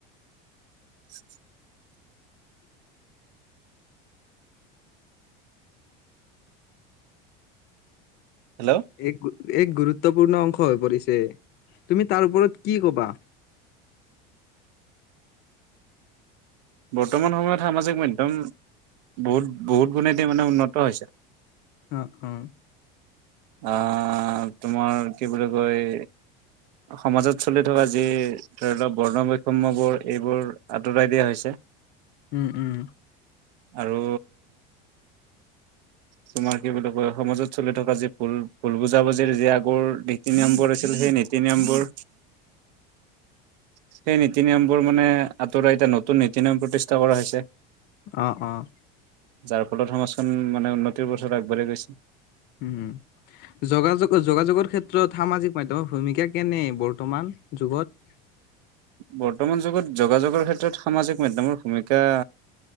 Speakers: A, on the right (about 85°); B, on the left (about 50°).
A: <inaudible> হেল্ল'
B: এক এক গুৰুত্ব গুৰুত্বপূৰ্ণ অংশ হৈ পৰিছে তুমি তাৰ ওপৰত কি কবা।
A: বৰ্তমান সময়ত সামাজিক মাধ্যম বহুত বহুত গুণেতে মানে উন্নত হৈছে।
B: অ অ
A: আ, তোমাৰ কি বুলি কয়, সমাজত চলি থকা যি ধৰি লওঁক বৰ্ণ বৈষম্যবোৰ এইবোৰ আঁতৰাই দিয়া হৈছে।
B: উম, উম।
A: আৰু তোমাৰ কি বুলি কয়, সমাজত চলি থকা যি ভুল, ভুল বুজাবুজিৰ যি আগৰ নীতি নিয়মবোৰ আছিল সেই নীতি নিয়মবোৰ, সেই নীতি নিয়মবোৰ মানে আঁতৰাই এতিয়া নতুন নীতি নিয়ম প্ৰতিষ্ঠা কৰা হৈছে।
B: অ', অ'।
A: যাৰ ফলত সম খন মানে উন্নতিৰ পথত আগবাঢ়ি গৈছে।
B: উম, যোগাযো-যোগাযোগৰ ক্ষেত্ৰত সামাজিক মাধ্যমৰ ভূমিকা কেনে বৰ্তমান যুগত?
A: বৰ্তমান যুগত যোগাযোগৰ ক্ষেত্ৰত সামাজিক মাধ্যমৰ ভূমিকা